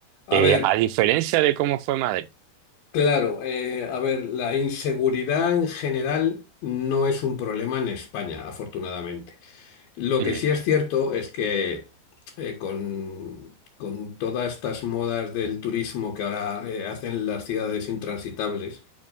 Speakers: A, on the left; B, on the right.
A: a
B: eh,
A: ver,
B: a diferencia de cómo fue Madrid.
A: claro, eh, a ver, la inseguridad en general no es un problema en España, afortunadamente. Lo que
B: Mm,
A: sí es cierto es que eh, con, con todas estas modas del turismo que ahora eh, hacen las ciudades intransitables,